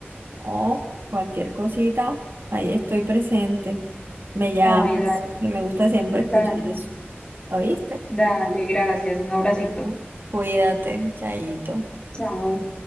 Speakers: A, on the right; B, on the left.
A: Oh, cualquier cosita, ahí estoy presente. Me llamas,
B: Ay, dale,
A: que me gusta siempre escuchar
B: dale,
A: eso. ¿Oíste?
B: dale, gracias, un abracito.
A: Bueno, Cuídate, chaito.
B: Chao.